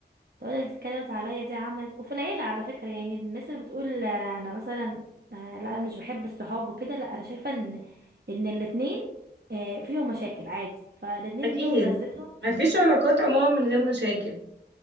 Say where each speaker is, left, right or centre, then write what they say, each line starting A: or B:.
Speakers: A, on the right (about 65°); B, on the right (about 80°).
A: تقولك دي اتكلمت عليا دي عملت وفي العيلة على فكرة يعني الناس اللي بتقول انا أنا مثلا آه، لا انا مش بحب الصحاب وكده لا انا شايفة ان ان الاتنين آه، فيهم مشاكل عادي فالاتنين
B: أكيد
A: ليهم لذتهم
B: مفيش علاقات عموما من غير مشاكل